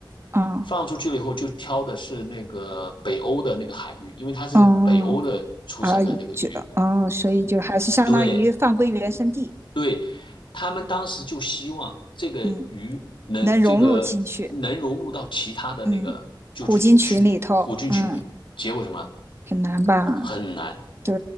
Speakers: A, on the right; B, on the left.
A: 哦，
B: 放出去了以后，就挑的是那个北欧的那个海域，因为它是北欧的出生的那个鱼。
A: 哦，啊，就哦，所以就还是相当于放归原生地，
B: 对，对，他们当时就希望这个鱼能这个能融入到其他的那个就是群虎鲸群里面，
A: 嗯，能融入进去，嗯，虎鲸群里头，嗯，
B: 结果什么
A: 很难吧？
B: 很难，
A: 对，